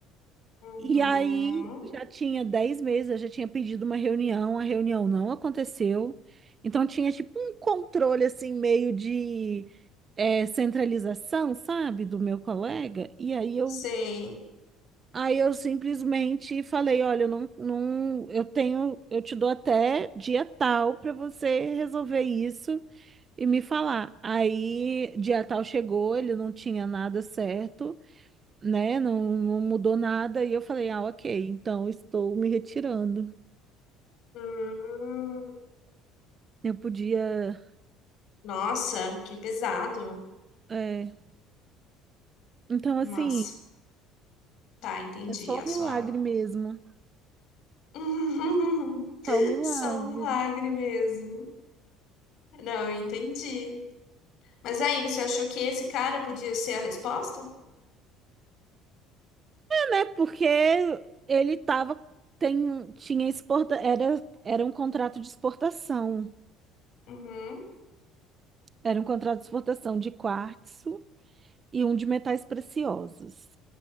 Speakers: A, on the left; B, on the right.
A: Uhum,
B: E aí já tinha 10 meses, eu já tinha pedido uma reunião, a reunião não aconteceu. Então tinha tipo um controle assim meio de é, centralização, sabe, do meu colega, e aí eu,
A: sei.
B: aí eu simplesmente falei, olha, eu não, não, eu tenho, eu te dou até dia tal para você resolver isso e me falar. Aí dia tal chegou, ele não tinha nada certo, né? Não, não mudou nada e eu falei, ah, ok, então estou me retirando.
A: Hum,
B: Eu podia,
A: nossa, que pesado.
B: é, então assim,
A: Nossa, tá, entendi
B: é só
A: a
B: um milagre
A: sua.
B: mesmo,
A: <laughs>
B: só um milagre.
A: Só um milagre mesmo. Não, eu entendi. Mas aí, você achou que esse cara podia ser a resposta?
B: né? Porque ele tava, tem, tinha exporta, era, era um contrato de exportação.
A: Uhum.
B: Era um contrato de exportação de quartzo e um de metais preciosos.